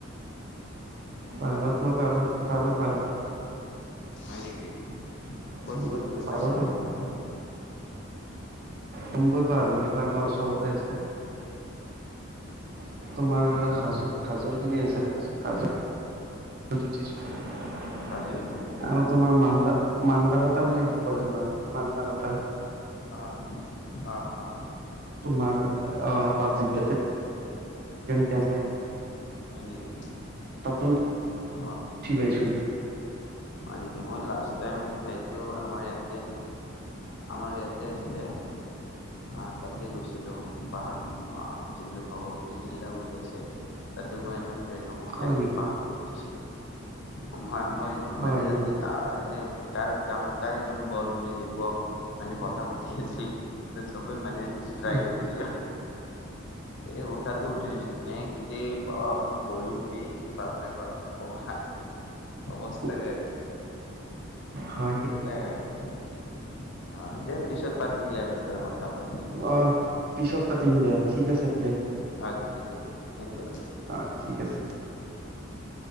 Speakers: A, on the right; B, on the left.
A: পাৰত মই পাৰো। পাৰো।
B: হয় নেকি? ক'ত
A: উম
B: ক'ত গৈ পাইছা
A: পাৰো তো
B: এনে
A: মই
B: পাহাৰত
A: তুম্বৈ পাহাৰ বুলি কোৱা আমাৰ ওচৰতে আছে । তোমাৰ
B: অ
A: হাজোত হাজোৰ পিনে আছে সাজো তিছ <unintelligible>
B: হাজোত
A: আৰু তোমাৰ মা মা মান্দা কাতা বুলি যি কয় তোমাৰ মান্দা কাতা।
B: আহ অ অ।
A: তোমাৰ অ তাত জি <unintelligible> তোম
B: হয় নেকি
A: তাতো <unintelligible>
B: অ
A: বেছো
B: হয় নেকি মোৰ লাষ্ট টাইম এইটো, আমাৰ ইয়াত, তে আমাৰ ইয়াতে আছিলে। আহ তাতে গৈছিলো। পাহাৰ আহ কি বুলি ভগৱতী তিল্লা বুলি আছে, তাতে মই এটা ট্ৰেইনক উঠাই
A: হয় নেকি
B: গে পাহাৰত উঠিছিলো। হম হয় মই
A: হয়
B: মানে যতে
A: নেকি
B: ত এনে কাৰ কাম কাৰ ইমান বল বুলি দেখুৱাও, মানে কথা কঠি আছিলে ত চবে মানে ষ্ট্ৰাই
A: হয়
B: কৰিছিলো। এই উঠাটো উঠি দিছে, নে এই বা মোৰ ভৰিৰ বিষ, বাপ ৰে বাপ নকবা অৱস্থা
A: হয়
B: তাকে
A: হয়
B: এনেকোয়াই
A: নেকি
B: আৰু <unintelligible> অ দে পিছত পাতিম ইয়াৰ বিষয়ে কথা ভাল কৰে
A: অ পিছত পাতিম দিয়া ঠিক আছে দিয়া
B: অ দিয়া দিয়া থেংক ইউ
A: অ ঠিক আছে
B: <unintelligible>